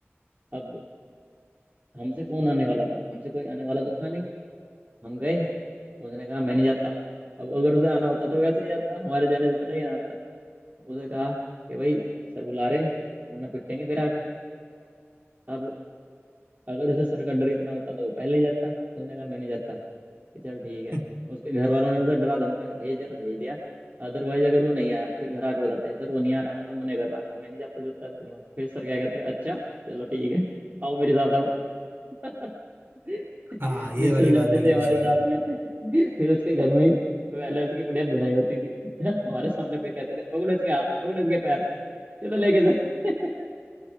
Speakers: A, on the right (about 40°); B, on the right (about 55°).
A: अब हमसे कौन आने वाला था हमसे कोई आने वाला तो था नहीं हम गए उसने कहा मैं नहीं जाता अब अगर उसे आना होता तो वैसे ही आता हमारे जाने से थोड़ा ही ना आता उसे कहा कि भाई सर बुला रहे हैं, वरना पिटेंगे फिर आके अब अगर उसे सर का डर इतना होता तो वो पहले ही जाता उसने कहा मैं नहीं जाता कि चल ठीक है
B: <laughs>
A: उसके घर वालों ने उसे डरा धमका के भेज दिया तो भेज दिया अदरवाइज अगर वो नहीं आया फिर घर आके बताते हैं सर वो नहीं आ रहा मतलब मना कर रहा है मैं नहीं जाता जोता स्कूल में फिर सर क्या कहते हैं अच्छा चलो ठीक है आओ मेरे साथ अब <laughs> फिर
B: हाँ ये वाली
A: सर
B: बात
A: जाते
B: बिल्कुल
A: थे हमारे
B: सही
A: साथ
B: है
A: में <laughs> फिर उसके घर में ही पहले उसकी बढ़िया धुनाई होती थी <laughs> हमारे सामने फिर कहते थे पकड़ो इसके हाथ पकड़ो इसके पैर चलो लेके जाए <laughs>